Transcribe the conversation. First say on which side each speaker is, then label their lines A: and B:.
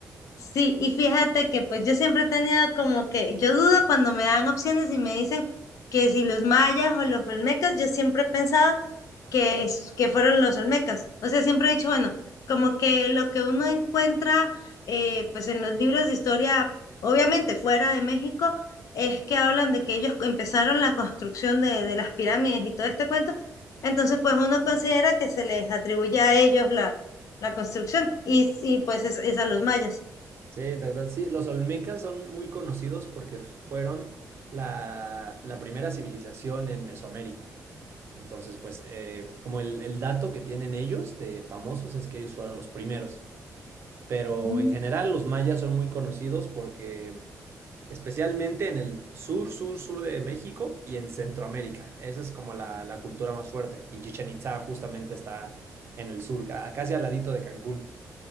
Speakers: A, on the left; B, on the right.
A: Sí, y fíjate que pues yo siempre he tenido como que, yo dudo cuando me dan opciones y me dicen que si los mayas o los olmecas, yo siempre he pensado que, es- que fueron los olmecas. O sea, siempre he dicho, bueno, como que lo que uno encuentra eh, pues en los libros de historia, obviamente fuera de México, es que hablan de que ellos empezaron la construcción de, de las pirámides y todo este cuento. Entonces, pues uno considera que se les atribuye a ellos la, la construcción y, y pues es es a los mayas.
B: Sí, interesante. Sí, los olmecas son muy conocidos porque f- fueron la, la primera civilización en Mesoamérica. Entonces, pues, eh, como el, el dato que tienen ellos de famosos es que ellos fueron los primeros. Pero
A: Mm.
B: en general los mayas son muy conocidos porque especialmente en el sur, sur, sur de México y en Centroamérica. Esa es como la, la cultura más fuerte. Y Chichen Itza justamente está en el sur, ca- casi al ladito de Cancún.